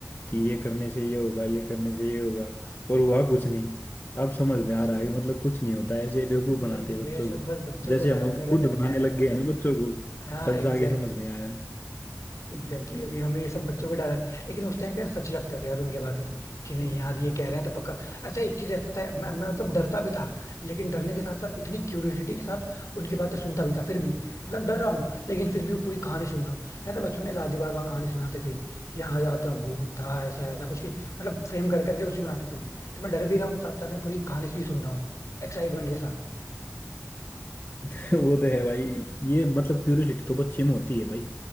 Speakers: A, on the left; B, on the left.
A: कि ये करने से ये होगा ये करने से ये होगा और हुआ कुछ नहीं अब समझ
B: वो
A: में
B: कुछ
A: आ रहा है कि मतलब कुछ नहीं होता ऐसे बेवकूफ बनाते
B: ये
A: हैं बच्चों
B: ये सब
A: को
B: बस बच्चों
A: जैसे
B: को डराने
A: हम अब
B: का
A: खुद
B: तरीका
A: बनाने
B: है
A: लग गए हैं ना बच्चों को
B: हाँ
A: तब
B: एग्जैक्टली
A: जाके समझ में आया <laughs>
B: एग्जैक्टली अभी हमें ये सब बच्चों को डराने लेकिन उस टाइम पे यार सच लगता था यार उनके बातें कि नहीं यार ये कह रहे हैं तो पक्का अच्छा एक चीज है पता है मैं, मैं मतलब डरता भी था लेकिन डरने के साथ साथ इतनी क्यूरियोसिटी के साथ उनकी बातें सुनता भी था फिर भी मतलब डर रहा हूँ लेकिन फिर भी वो पूरी कहानी सुन रहा हूँ यार तो बचपन में दादी बाबा कहानी सुनाते थे कि यहाँ जाता भूत था ऐसा ऐसा कुछ के मतलब फ्रेम कर करके कुछ भी बनाते थे तो मैं डर भी रहा हूँ साथ साथ में पूरी कहानी भी सुन रहा हूँ एक्साइटमेंट के साथ
A: तो वो तो है भाई ये मतलब क्यूरियोसिटी तो बच्चे में होती है भाई